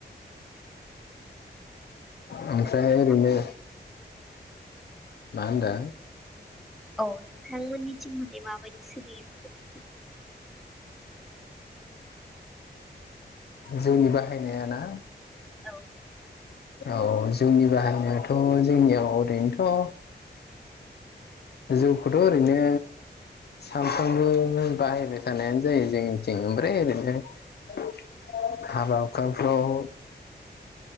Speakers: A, on the left (about 65°); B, in the centre.
A: ओमफ्राय
B: जेनेबा
A: ओरैनो
B: माफोरनि
A: मा होनदों?
B: औ नोंथांमोननिथिं माने माबायदि सोलियो बेफोर?
A: जौनि बाहायनायाना?
B: औ।
A: अ जौनि बाहायनायाथ' जोंनियाव ओरैनोथ' जौखौथ' ओरैनो सानफ्रोमबो बाहायबाय थानायानो जायो जोंनिथिं ओमफ्राय ओरैनो ओ हाबा हुखाफ्राव